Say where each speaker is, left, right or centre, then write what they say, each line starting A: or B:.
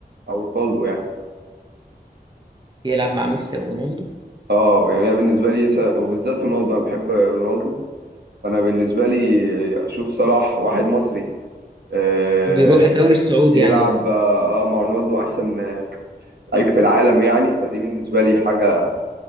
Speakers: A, on the right; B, on the right.
A: او رونالدو يعني
B: يلعب مع ميسي او رونالدو
A: اه يعني انا بالنسبه لي س- وبالذات رونالدو انا بحب رونالدو فانا بالنسبه لي اشوف صلاح واحد مصري آه،
B: يروح الدوري السعودي
A: يلعب
B: يعني قصدي
A: اه آه، مع رونالدو احسن آه، لعيب في العالم يعني فدي بالنسبه لي حاجه